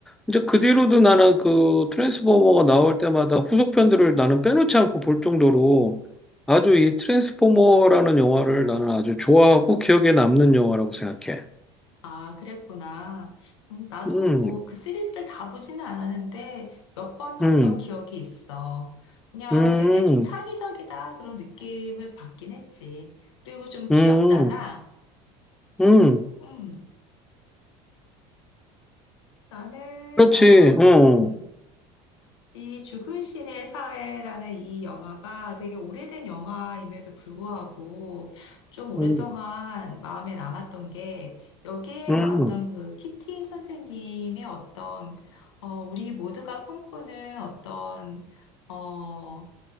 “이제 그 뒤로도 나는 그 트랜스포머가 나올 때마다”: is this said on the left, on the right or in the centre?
Centre